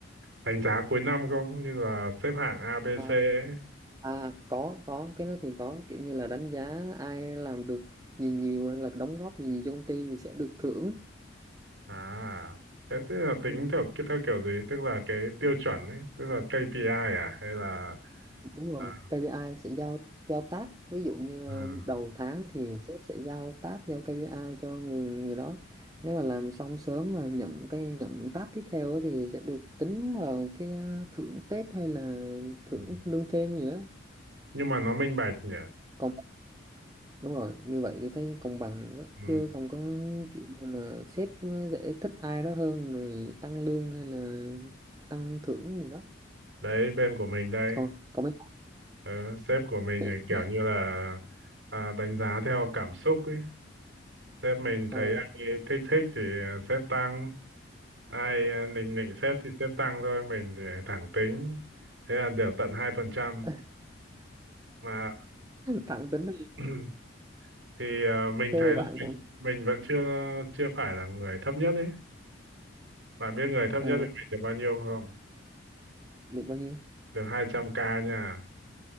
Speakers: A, on the right (about 65°); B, on the right (about 20°).
A: đánh giá cuối năm không như là xếp hạng A B
B: à,
A: C ấy
B: à có có cái đó thì có kiểu như là đánh giá ai làm được gì nhiều hay là đóng góp gì nhiều cho công ty thì sẽ được thưởng
A: À, thế tức là tính
B: Ừ,
A: theo ki- theo kiểu gì? Tức là cái tiêu chuẩn ấy, tức là KPI à hay là
B: Đúng rồi,
A: à,
B: KPI sẽ giao giao task, ví dụ như ờ,
A: à,
B: đầu tháng thì sếp sẽ giao task giao KPI cho người, người đó. Nếu mà làm xong sớm mà nhận cái nhận task tiếp theo á thì sẽ được tính vào cái ờ, thưởng Tết hay là thưởng
A: ừ.
B: lương thêm gì đó.
A: nhưng mà nó minh bạch nhỉ?
B: Còn đúng rồi, như vậy tôi thấy công bằng quá
A: Ừ.
B: chứ không có kiểu như là sếp sẽ thích ai đó hơn rồi tăng lương hay là tăng thưởng gì đó.
A: Đấy bên của mình đây,
B: Còn còn mấy
A: ờ, sếp của mình
B: <laughs>
A: thì kiểu như là à, đánh giá theo cảm xúc ấy. Sếp mình
B: ờ,
A: thấy ai thích thích thì sếp tăng, ai à, nịnh nịnh sếp thì sếp tăng thôi, mình thì thẳng tính. Thế là được tận 2%
B: <laughs>
A: mà
B: tặng tính
A: ừ. <clears throat> thì ờ, mình
B: thế
A: thấy là
B: bạn
A: mình
B: cũng
A: mình vẫn chưa chưa phải là người thấp nhất ấy bạn biết người thấp
B: ờ,
A: nhất với mình được bao nhiêu không
B: được bao nhiêu
A: được 200k nha